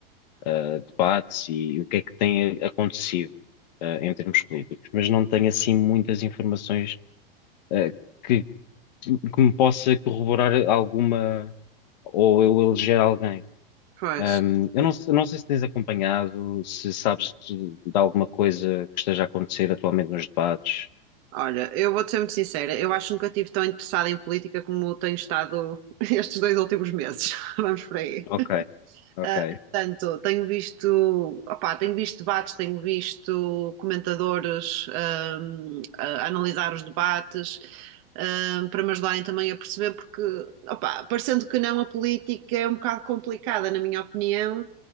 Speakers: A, on the left; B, on the right.
A: ah, debates e o que é que tem acontecido, ah, em termos políticos, mas não tenho assim muitas informações eh, que, que me possa corroborar alguma ou eu eleger alguém.
B: Pois,
A: Ahm, eu não, se- não sei se tens acompanhado, se sabes de, de alguma coisa que esteja a acontecer atualmente nos debates.
B: olha, eu vou-te ser muito sincera, eu acho que nunca estive tão interessada em política como tenho estado <laughs> estes dois últimos meses, <laughs> vamos por aí.
A: Ok, ok,
B: Ah, portanto, tenho visto, opá, tenho visto debates, tenho visto comentadores ahm, a- a analisar os debates, ahm, para me ajudarem também a perceber, porque, opá, parecendo que não, a política é um bocado complicada, na minha opinião,